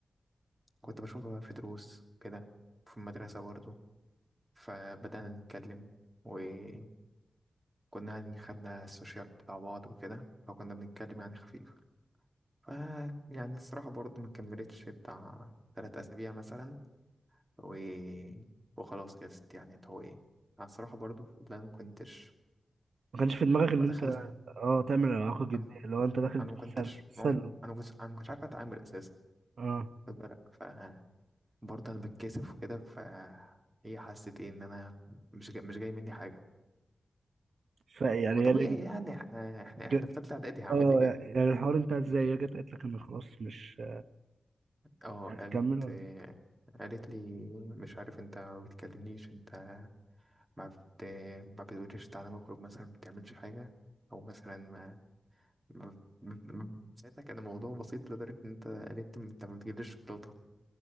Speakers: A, on the right; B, on the right.
A: كنت بشوفها في دروس كده في المدرسة برضه فبدأنا نتكلم وكنا يعني خدنا السوشيال بتاع بعض وكده فكنا بنتكلم يعني خفيف ف يعني الصراحة برضه ما كملتش بتاع تلات أسابيع مثلا و... وخلاص خلصت يعني اللي هو إيه أنا الصراحة برضه لا ما كنتش
B: ما كانش في دماغك ان
A: ما
B: انت
A: دخلت
B: اه تعمل علاقه جديه
A: أم...
B: لو انت داخل
A: أنا
B: بتتسلى
A: ما كنتش
B: بتتسلى
A: مو... أنا كنت أنا ما كنتش عارف أتعامل أساسا
B: اه
A: خد بالك ف برضه أنا بتكسف وكده ف هي حست إيه إن أنا مش جاي... مش جاي مني حاجة
B: فيعني
A: وطبيعي
B: هي اللي
A: يعني إحنا إحنا
B: ج...
A: إحنا في تالتة إعدادي هعمل
B: اه
A: لك إيه
B: يعني
A: <laughs>
B: الحوار انتهى ازاي هي جت قالت لك انا خلاص مش
A: أه
B: هتكمل
A: قالت
B: ولا
A: آه، قالت لي مش عارف أنت ما بتكلمنيش أنت ما بت... ما بتقوليش تعالى نخرج مثلا ما بتعملش حاجة أو مثلا ما, ما... ما... ما- ساعتها كان الموضوع بسيط لدرجة إن أنت قلت أنت ما بتجيبليش شوكولاتة